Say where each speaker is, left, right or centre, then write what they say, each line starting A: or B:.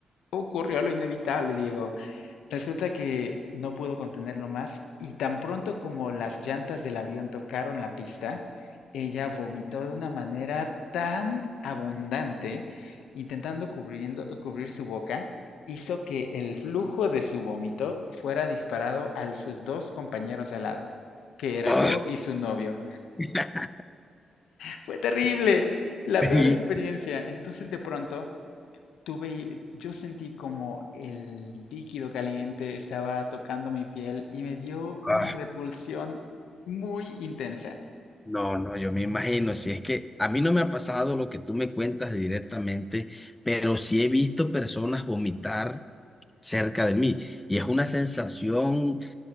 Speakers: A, on the left; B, on the left.
A: ocurrió lo inevitable, Diego. Resulta que no pudo contenerlo más y tan pronto como las llantas del avión tocaron la pista, ella vomitó de una manera tan abundante, intentando cubriendo- cubrir su boca, hizo que el flujo de su vómito fuera disparado a sus dos compañeros de al lado, que era
B: Ah,
A: yo y su novio.
B: <laughs>
A: Fue terrible, la
B: Sí.
A: peor experiencia. Entonces de pronto Tuve, yo sentí como el líquido caliente estaba tocando mi piel y me dio una
B: Ah.
A: repulsión muy intensa,
B: No, no, yo me imagino, si es que a mí no me ha pasado lo que tú me cuentas directamente, pero sí he visto personas vomitar cerca de mí y es una sensación